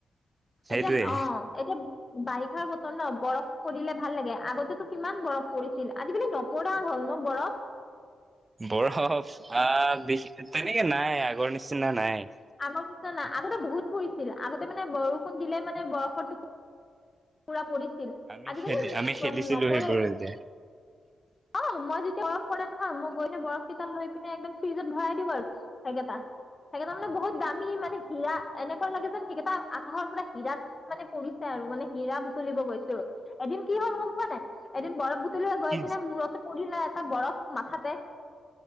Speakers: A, on the right; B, on the left.
A: সেইটোৱে
B: এতিয়া অ', এতিয়া বাৰিষাৰ বতৰ ন বৰফ কৰিলে ভাল লাগে আগতেতো কিমান বৰফ পৰিছিল, আজিকালি নপৰা হ'ল ন বৰফ।
A: বৰফ আহ, <unintelligible> তেনেকে নাই আগৰ নিচিনা নাই।
B: আগৰ নিচনা না আগতে বহুত পৰিছিল, আগতে মানে বৰষুণ দিলে মানে বৰফৰটো পুৰা পৰি ছিল,
A: আমি
B: আজিকালি
A: খেলি আমি খেলিছিলো
B: নপৰে়ই।
A: সেইবোৰ এতিয়া
B: অ', মই তেতিয়া বৰফ পৰে নহয় মই গৈ ননে বৰফ কেইডাল লৈ পিনে একদম ফ্ৰিজত ভৰাই দিওঁ আৰু সেকেটা। সেইকেইটা মানে বহুত দামী মানে হীৰা এনেকুৱা লাগে সেইকেইটা আধাৰ পুৰা হীৰাত মানে পৰিছে আৰু মানে হীৰা বুটলিব গৈছোঁ, এদিন কি হ'ল গম পোৱা নাই, এদিন বৰফ বুটলি <unintelligible>
A: কি
B: পৰিল এটা বৰফ মাথাতে